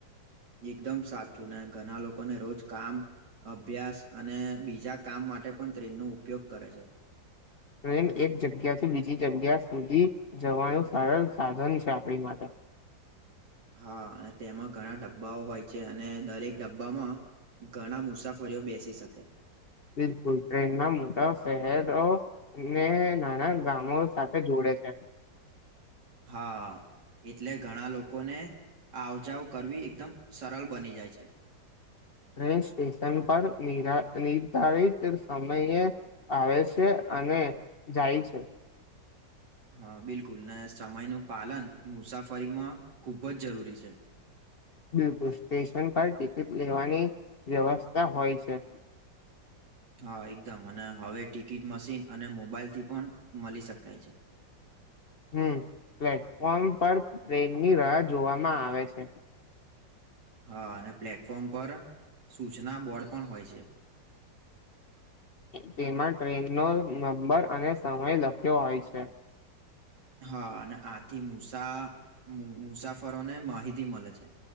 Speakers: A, on the right (about 65°); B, on the left (about 50°).
A: એકદમ સાચું ને ઘણા લોકોને રોજ કામ અભ્યાસ અને બીજા કામ માટે પણ ટ્રેન ન ઉપયોગ કરે છે.
B: ટ્રેન એક જગ્યાથી બીજી જગ્યા સુધી જવાનું સરળ સાધન છે આપણી માટે <inaudible>
A: હા અને તેમાં ઘણા ડબ્બાઓ હોય છે અને દરેક ડબ્બામાં ઘણા મુસાફરીઓ બેસી શકે
B: બિલકુલ ટ્રેન ના મોટા શહેરો ને નાના ગામો સાથે જોડાયેલા <inaudible>
A: હા એટલે ઘણા લોકોને આ આવજાઓ કરવી એકદમ સરળ બની જાય છે
B: ટ્રેન સ્ટેશન પર નિ નિર્ધારિત સમયે આવે છે અને જાય છે
A: હા બિલકુલ ને સમયનું પાલન મુસાફરીમાં ખુબ જ જરૂરી છે
B: <inaudible> બિલકુલ સ્ટેશન પર ટિકિટ લેવાની વ્યવસ્થા હોય છે
A: હા એકદમ અને હવે ટિકિટ મશીન અને મોબાઈલ થી પણ મળી શકાય છે
B: <inaudible> હમ પ્લેટફોર્મ પર ટ્રેનની રાહ જોવામાં આવે છે
A: હા અને પ્લેટફોર્મ પર સૂચના બોર્ડ પણ હોય છે
B: તેમાં ટ્રેન નો નંબર અને સમય લખ્યો હોય છે <inaudible>
A: હા અને આથી મુસા મુસાફરોને માહિતી મળે છે